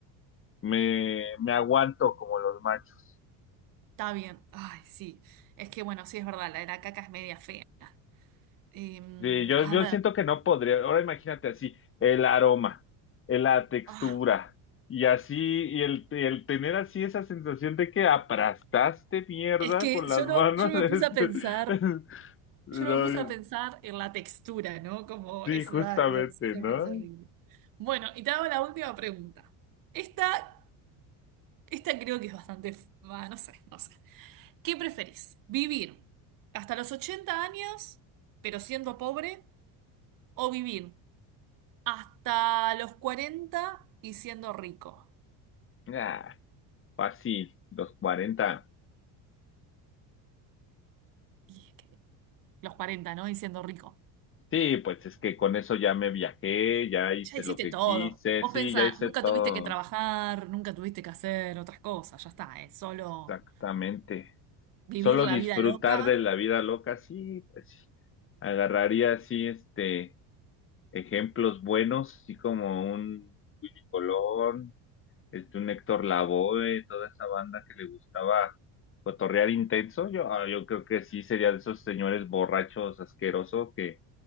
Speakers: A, on the left (about 30°); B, on the right (about 50°).
A: me, me aguanto como los machos.
B: está bien. Ay, sí. Es que, bueno, sí es verdad, la de la caca es media fea. Em,
A: Sí, yo,
B: a
A: yo
B: ver,
A: siento que no podría. Ahora imagínate así, el aroma, eh, la textura,
B: ah,
A: y así, y el, y el tener así esa sensación de que aplastaste mierda
B: es que
A: con las
B: yo
A: manos.
B: no, yo no
A: <laughs> es-
B: me puse a pensar,
A: es- no,
B: yo no me puse a pensar en la textura, ¿no? Como
A: sí,
B: eso,
A: justamente,
B: ay Dios, eso
A: ¿no?
B: me parece horrible. Bueno, y te hago la última pregunta. Esta, esta creo que es bastante, f- ah, no sé, no sé. ¿Qué preferís? ¿Vivir hasta los 80 años, pero siendo pobre, o vivir hasta los 40 y siendo rico?
A: Ah, fácil, los 40.
B: Y es que los 40, ¿no? Y siendo rico.
A: Sí, pues es que con eso ya me viajé, ya hice
B: Ya hiciste
A: lo que
B: todo.
A: quise,
B: Vos
A: sí,
B: pensá,
A: ya hice
B: nunca
A: todo.
B: tuviste que trabajar, nunca tuviste que hacer otras cosas, ya está, es solo
A: Exactamente. solo
B: vivir la
A: disfrutar
B: vida loca.
A: de la vida loca, sí, pues sí. Agarraría así, este, ejemplos buenos, así como un Willy Colón, este, un Héctor Lavoe, toda esa banda que le gustaba cotorrear intenso. Yo, ah, yo creo que sí sería de esos señores borrachos asquerosos que